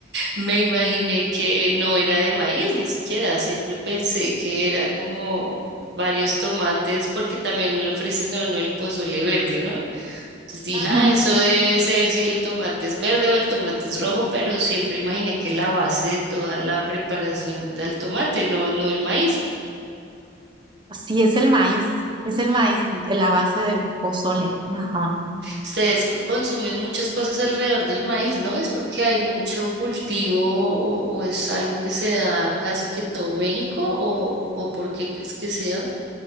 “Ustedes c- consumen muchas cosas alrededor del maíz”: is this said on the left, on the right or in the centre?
Right